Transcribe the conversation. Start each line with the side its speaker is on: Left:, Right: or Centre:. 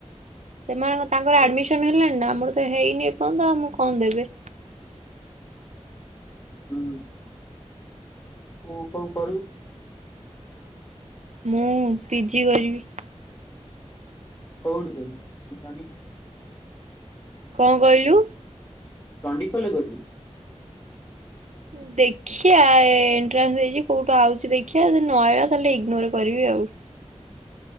Right: ସେମାନଙ୍କ
Left: ସାର୍ଟିଫିକେଟ
Right: ତାଙ୍କର ଆଡମିସନ ହେଲାଣି ନା ଆମର ତ ହେଇନି ଏପର୍ଯ୍ୟନ୍ତ ଆଉ ମୁଁ କଣ ଦେବେ।
Left: ହୁଁ ଆଉ କଣ କରିବୁ?
Right: ମୁଁ ପିଜି କରିବି।
Left: କଉଡ଼ <unintelligible>
Right: କଣ କହିଲୁ?
Left: ଚଣ୍ଡିଖୋଲ ରେ କରିବୁ।
Right: ଦେଖି। ଦେଖିଆ ଏଣ୍ଟ୍ରାନ୍ସ ଦେଇଛି କୋଉଠୁ ଆଉଛି ଦେଖିବା ଯଦି ନହେଲା ତାହେଲେ ଇଗ୍ନୋର କରିବି ଆଉ।